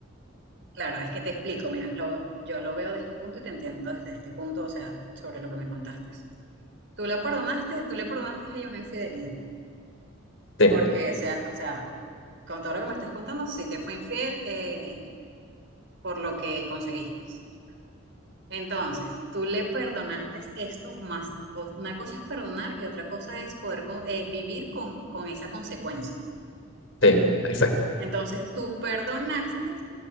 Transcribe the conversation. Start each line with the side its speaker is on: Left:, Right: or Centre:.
Right: Claro, es que te explico, mira, lo, yo lo veo de este punto y te entiendo desde este punto, o sea, sobre lo que me contaste. Tú la perdonaste, tú le perdonaste a ella una infidelidad,
Left: Sí,
Right: porque, o sea, o sea, con todo lo que me estás contando, sí te fue infiel eh, por lo que conseguiste. Entonces, tú le perdonaste esto más, o- una cosa es perdonar y otra cosa es poder con- eh, vivir con, con esa consecuencia.
Left: sí, exacto.
Right: Entonces, tú perdonaste